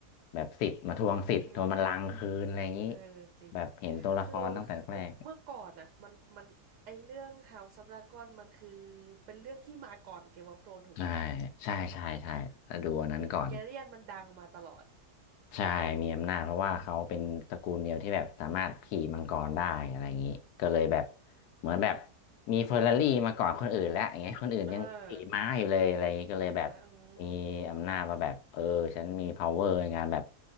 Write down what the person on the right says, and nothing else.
เออเออจริง
คือ คือ เมื่อก่อนอะ มัน มันไอเรื่อง House of Dragon มันคือ เป็นเรื่องที่มาก่อน Game of Thrones ถูกไหมคะ
อ๋อคือไทเกเรียนมันดังมาตลอด
เออหิมะอื
ม